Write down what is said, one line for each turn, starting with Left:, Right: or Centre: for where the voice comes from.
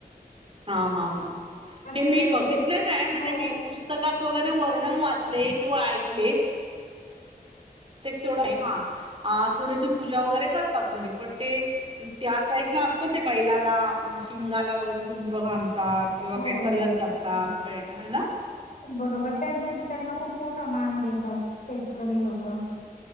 Right: हा हा हा
Left: असे
Right: हे मी
Left: वेगवेगळे
Right: बघितलं ना म्हणजे
Left: हो
Right: मी पुस्त पुस्तकात वगैरे वर्णन वाचले किंवा ऐकले. प्रत्येकेवढ हा थोडेशी पूजा वगैरे करतात घरी पण ते त्या साईड ला असतं ते बैलाला शिंगाला वगैरे झुमबर घाब करता किंवा काही
Left: हो
Right: कलर करतात हाय ना.
Left: बरोबर त्या दिवशी त्यांना खूप मोठा मान देतात शेतकरी लोक.